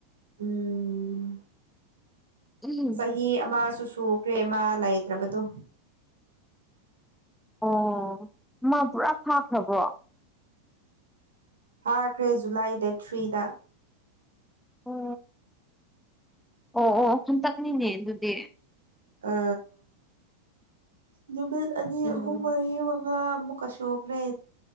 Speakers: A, on the right; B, in the centre.
A: ꯎꯝ
B: ꯎꯝ
A: ꯃꯤ ꯑꯃꯨ ꯁꯨꯈ꯭ꯔꯦ ꯃꯥ ꯂꯩꯇ꯭ꯔꯕꯗꯣ
B: ꯑꯣ ꯃꯥ ꯄꯨꯔꯥ ꯐꯥꯈ꯭ꯔꯕꯣ
A: ꯐꯥꯈ꯭ꯔꯦ ꯖꯨꯂꯥꯏ ꯗꯦꯠ ꯊ꯭ꯔꯤꯗ
B: ꯑꯣ ꯑꯣ ꯑꯣ ꯍꯟꯇꯛꯅꯤꯅꯦ ꯑꯗꯨꯗꯤ
A: ꯑ ꯅꯨꯃꯤꯠ ꯑꯅꯤ
B: ꯎꯝ
A: ꯑꯍꯨꯝ ꯃꯔꯤ ꯃꯉꯥꯨꯛ ꯀꯩꯁꯨꯈ꯭ꯔꯦ